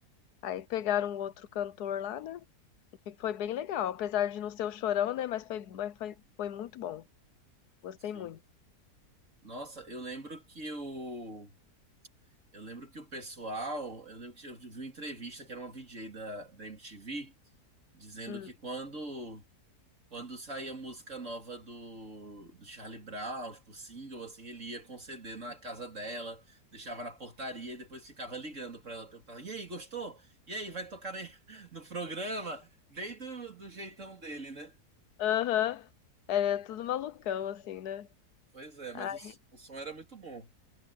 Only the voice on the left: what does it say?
Aí pegaram um outro cantor lá, né? Foi bem legal, apesar de não ser o Chorão, né? Mas foi, mas foi, foi muito bom. Gostei
muito.
Hum.
Aham. Era tudo malucão, assim, né?
Ai,